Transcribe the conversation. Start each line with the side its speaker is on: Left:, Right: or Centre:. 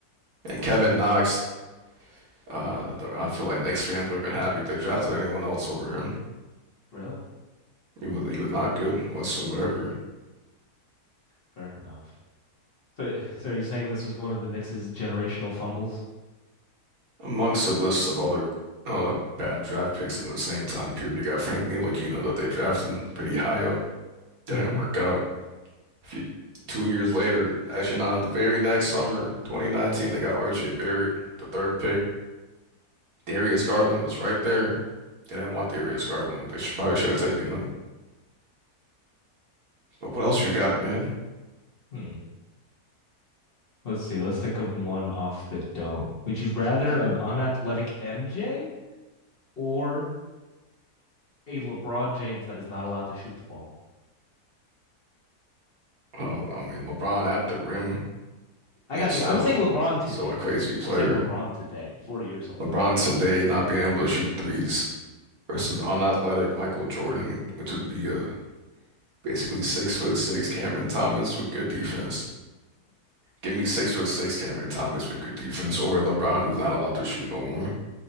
Right: And Kevin Knox. Uh, I feel like Knicks fans would have been happy if they drafted anyone else over him.
Left: Really?
Right: He was he was not good whatsoever.
Left: Fair enough. So, <laughs> so are you saying this was one of the Knicks' generational fumbles?
Right: Amongst a list of other uh, bad draft picks in the same time period, you got Frank Ntilikina that they drafted pretty high up. Didn't
Left: hmm
Right: work out. If you, two years later, actually not the very next summer, 2019, they got RJ Barrett, the third pick. Darius Garland was right there. They didn't want Darius Garland. They should, probably should have taken him. But what else you got, man?
Left: Hmm. Let's see. Let's think of one off the dome. Would you rather an unathletic MJ or a LeBron James that is not allowed to shoot the ball?
Right: Oh, I mean, LeBron at the rim
Left: I
Right: is
Left: got
Right: still
Left: you. I'm saying LeBron today.
Right: still a crazy player.
Left: I'm saying LeBron today, 40 years old.
Right: LeBron today not being able to shoot threes versus unathletic Michael Jordan, which would be uh, basically six foot six Cameron Thomas with good defense. Give me six foot six Cameron Thomas with good defense over LeBron, who's not allowed to shoot no more.